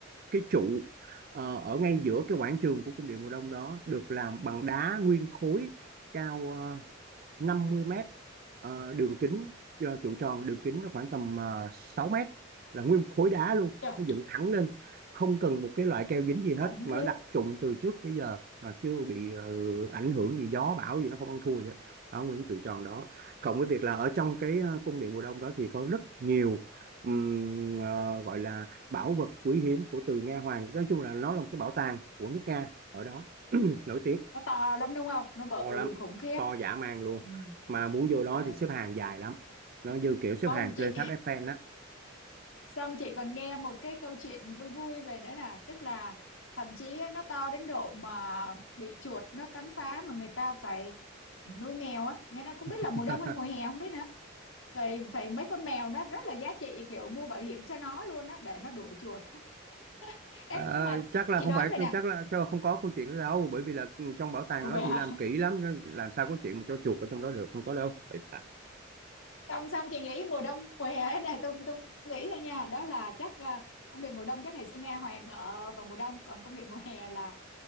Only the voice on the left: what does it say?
trời
khủng
khiếp
nó to lắm đúng không nó bự
khủng khiếp
ừ
Ừ.
không
chị
Xong chị còn nghe một cái câu chuyện vui vui về nữa là tức là thậm chí á, nó to đến độ mà bị chuột nó cắn phá mà người ta phải nuôi mèo á, nghe nó không biết
là mùa đông hay mùa hè không biết nữa. Vậy vậy mấy con mèo đó rất là giá trị kiểu mua bảo hiểm cho nó luôn á để nó đuổi chuột. <laughs> Ê,
nhưng mà
chị
đoán
vậy nè.
Ồ
vậy hả?
<laughs>
Xong xong chị nghĩ mùa đông mùa hè thế này tôi tôi nghĩ thôi nha, đó là chắc à, cung điện mùa đông chắc ngày xưa Nga Hoàng ở vào mùa đông còn cung điện mùa hè là